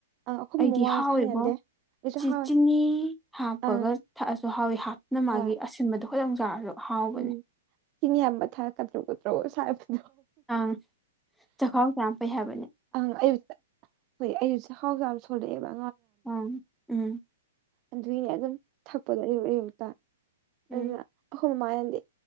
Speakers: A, on the right; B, in the centre.
A: ꯑꯥ ꯑꯩꯈꯣꯏ
B: ꯑꯩꯗꯤ
A: ꯃꯃꯥꯁꯨ
B: ꯍꯥꯎꯋꯦꯕꯣ
A: ꯍꯩꯅꯗꯦ ꯑꯩꯁꯨ
B: ꯆꯤ
A: ꯍꯥꯎꯋꯦ
B: ꯆꯤꯅꯤ ꯍꯥꯞꯄꯒ
A: ꯑꯥ
B: ꯊꯛꯑꯁ ꯗꯨ ꯍꯥꯎꯋꯤ ꯍꯥꯞ ꯅꫭꯏ ꯃꯥꯒꯤ
A: ꯍꯣꯏ
B: ꯑꯁꯤꯟꯕꯗꯣ ꯈꯤꯗꯪ ꯆꯥꯔꯁꯨ ꯍꯥꯎꯕꯅꯦ
A: ꯎꯝ ꯆꯤꯅꯤ ꯑꯕ ꯊꯥ ꯀꯗ꯭ꯔꯧ ꯀꯗ꯭ꯔꯧꯒ ꯁꯥꯏꯕꯗꫭ
B: ꯑꯪ ꯆꯈꯥꯎ ꯆ ꯐꯩ ꯍꯥꯏꯕ
A: ꯑꯪ ꯑꯌꯨꯇ ꯍꫭꯏ ꯑꯩꯖꯨ ꯆꯥꯍꯥꯎꯖꯨ ꯌꯥꯝ ꯁꯣꯂꯛꯑꯦꯕ
B: ꯑꯝ ꯎꯝ
A: ꯑꯗꯨꯏ ꯑꯗꯨꯝ ꯊꯛꯄꯗꯣ ꯑꯌꯨꯛ ꯑꯌꯨꯛꯇ
B: ꯎꯝ
A: ꯑꯗꯨꯅ ꯑ ꯍꯃꯅꯗꯦ